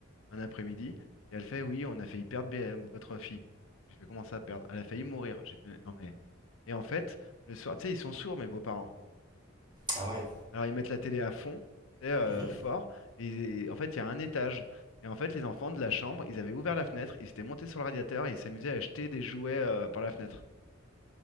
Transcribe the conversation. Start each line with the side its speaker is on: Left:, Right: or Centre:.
Left: un après-midi. Et elle fait, oui, on a failli perdre BM, votre fille. J'ai fait, comment ça, perdre? Elle a failli mourir. J'ai fait, non mais... Et en fait, le soir, tu sais, ils sont sourds, mes beaux-parents.
Right: Ah ouais.
Left: Alors, ils mettent la télé à fond, tu sais, euh,
Right: Mhm.
Left: fort. Et, et en fait, il y a un étage. Et en fait, les enfants de la chambre, ils avaient ouvert la fenêtre, ils s'étaient montés sur le radiateur et ils s'amusaient à jeter des jouets euh, par la fenêtre.